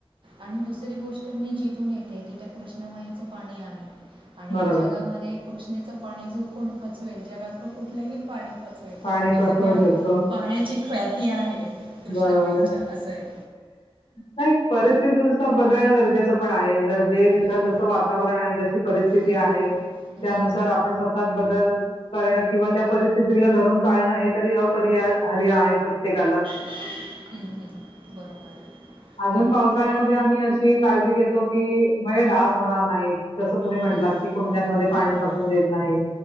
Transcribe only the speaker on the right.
आणि दुसरी गोष्ट मी जिथून येते तिथं कृष्णाबाईचं पाणी आहे. आणि
जगामध्ये कृष्णेच पाणी जो कोण पचवेल जगातल तो कुठल्याही पाणी- च
असं
त्या
पाण्याची ख्व्याती आहे. कृष्णामाईच्या
असं आहे
हो
हो
हं,
हं,
हम्म हम्म बरोबर आहे.
आणि
हं,
हं,
हं,